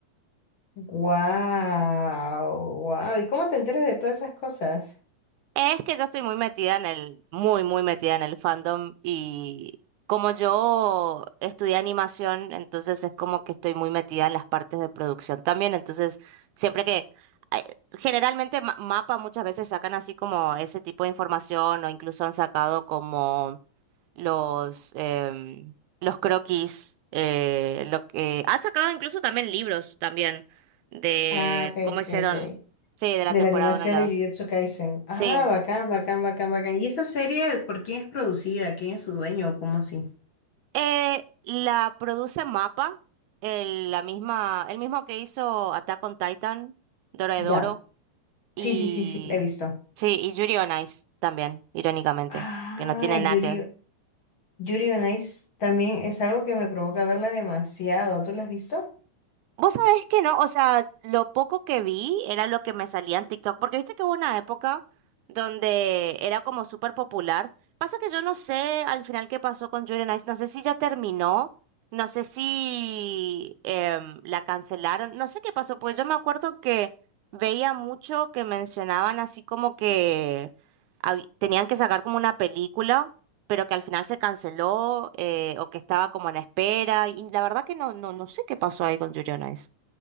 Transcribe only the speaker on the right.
Es que yo estoy muy metida en el, muy, muy metida en el fandom y como yo estudié animación, entonces es como que estoy muy metida en las partes de producción también, entonces siempre que, ay, generalmente Ma- Mapa muchas veces sacan así como ese tipo de información o incluso han sacado como los, em, los croquis, eh, lo que, han sacado incluso también libros también de
cómo hicieron,
sí, de la
temporada
1 y la
2.
Sí.
Eh, la produce MAPA, el, la misma, el mismo que hizo Attack on Titan, Dorohedoro
y
sí, y Yuri on Ice también, irónicamente,
que no tiene nada
que ver.
Vos sabés que no, o sea, lo poco que vi era lo que me salía en TikTok, porque viste que hubo una época donde era como súper popular. Pasa que yo no sé al final qué pasó con Julia Nice, no sé si ya terminó, no sé si em, la cancelaron, no sé qué pasó, pues yo me acuerdo que veía mucho que mencionaban así como que hab- tenían que sacar como una película pero que al final se canceló eh, o que estaba como en espera. Y la verdad que no, no, no sé qué pasó ahí con Yuri on Ice.